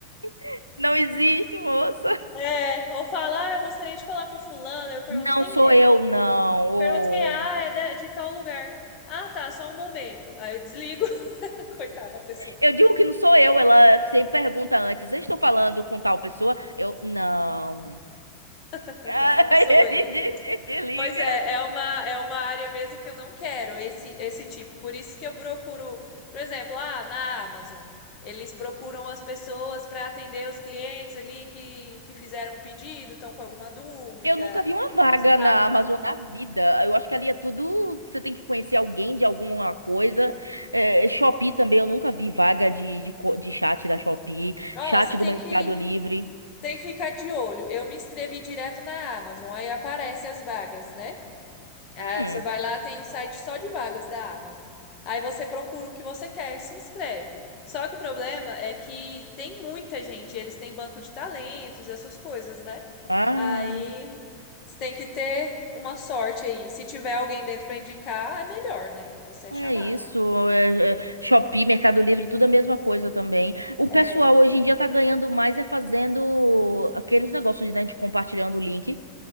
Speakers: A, on the right (about 80°); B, on the left (about 35°).
A: <laughs> Não existe, moça.
B: <laughs> é, ou falar, ah, eu gostaria de falar com fulano, eu pergunto
A: Não
B: quem
A: sou
B: é.
A: eu, não. Ô.
B: Pergunto quem é, ah, é da- de tal lugar. Ah, tá, só um momento. Aí eu desligo. <laughs> Coitada da pessoa.
A: Eu digo que não sou eu. Ela sempre pergunta antes: eu estou falando com tal pessoa? Eu, não. <laughs>
B: <laughs>
A: Aí
B: não sou
A: ele
B: eu.
A: de- desliga.
B: Pois é, é uma, é uma área mesmo que eu não quero, esse, esse tipo. Por isso que eu procuro, por exemplo, ah, na Amazon, eles procuram as pessoas para atender os clientes ali que, que fizeram um pedido, estão com alguma dúvida,
A: Eu nunca vi uma vaga
B: um destaque,
A: na Amazon
B: né?
A: na vida. Eu acho que ali é tudo. Você tem que conhecer alguém de alguma coisa. É, Shopee também, eu nunca vi vaga de, de, co- de chat da Shopee,
B: Ó,
A: chat
B: você tem
A: do Mercado
B: que,
A: Livre.
B: tem que ficar de olho. Eu me inscrevi direto na Amazon, aí aparece as vagas, né? Ah,
A: Hum,
B: você vai lá, tem um site só de vagas da Amazon. Aí você procura o que você quer e se inscreve. Só que o problema é que tem muita gente, eles têm banco de talentos, essas coisas, né?
A: ah,
B: Aí você tem que ter uma sorte aí. Se tiver alguém dentro para indicar, é melhor, né? Que você é chamado.
A: é isso. É, é, Shopee, Mercado Livre, tudo a mesma coisa também. O
B: É,
A: pessoal hoje em dia tá ganhando mais é fazendo aqueles negócios, né, de compartilhando o link.